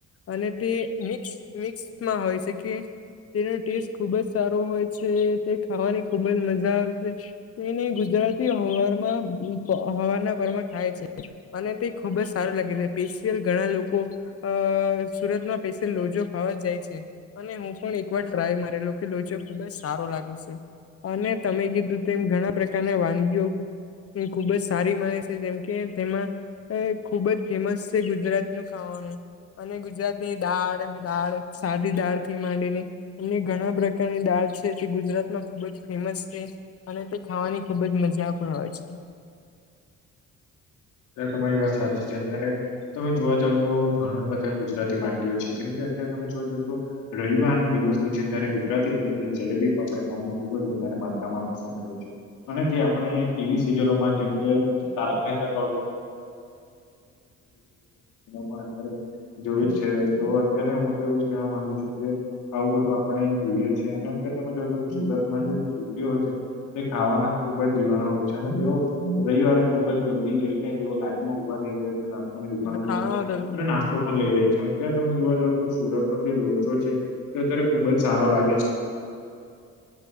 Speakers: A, on the left; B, on the left.
A: અને તે મિક્સ મિક્સમાં હોય છે કે તેનો ટેસ્ટ ખુબ જ સારો હોય છે તે ખાવાની ખુબ જ મજા આવે છે તો એને ગુજરાતી હવામાં હવારના પોરમા ખાય છે અને તે ખુબ જ સારું લાગે છે સ્પેશિયલ ઘણા લોકો અ સુરતમાં સ્પેશિયલ લોચો ખાવા જાય છે અને હું પણ એક વાર ટ્રાય મારેલો કે લોચો ખુબ જ સારો લાગે છે અને તમે કીધું તેમ ઘણા પ્રકારના વાનગીઓ ખુબ જ સારી મળે છે જેમ કે તેમાં એ ખુબ જ ફેમસ છે ગુજરાતનું ખાવાનું અને ગુજરાતની દાળ દાળ સાદી દાળ થી માંડીને અને ઘણા પ્રકારની દાળ છે તે ગુજરાતમાં ખુબ જ ફેમસ છે અને તે ખાવાની ખુબ જ મજા પણ આવે છે
B: ત્યારે તમારી વાત સાચી છે અત્યારે તમે જોવા જાવ તો ઘણા બધા ગુજરાતી વાનગીઓ છે જેમ કે અત્યારે તમે જોવા જાવ તો રવિવાર નો દિવસ હોય છે ત્યારે ગુજરાતી લોકો જલેબી ફાફડા ખાવાનું ખુબ જ વધારે માત્રામાં પસંદ કરે છે અને તે આપણે ટીવી સિરયલોમાં જેમ કે તારક મહેતા કા <unintelligible> જોયું જ છે તો અત્યારે હું તો એવું જ કેવા માંગુ છું કે આવું બધું આપણે જોઈએ છીએ અને અત્યારે તમે જોજો તો સુરતમાં જે સ્થિતિઓ છે ખાવાના ખુબ જ દિવાના હોય છે અને તેઓ રવિવારે ખુબ જ જલ્દી જઈને તેઓ લાઈનમાં ઉભા રહી જાય છે નાસ્તાની
A: એટલે
B: દુકાનોમાં
A: ખાવામાં
B: પણ અને નાસ્તો પણ લઈ લે છે. અત્યારે તમે જોવા જાવ તો સુરત નો જે લોચો છે તે અતારે ખુબ જ સારો લાગે છે.